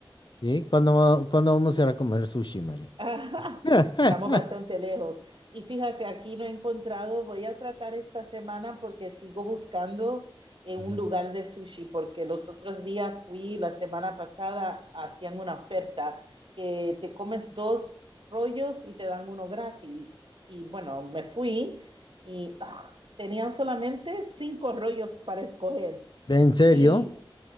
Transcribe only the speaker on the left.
¿Sí? ¿Cuándo, cuándo vamos a ir a comer sushi, Mari?
<laughs>
Ujú.
¿En serio?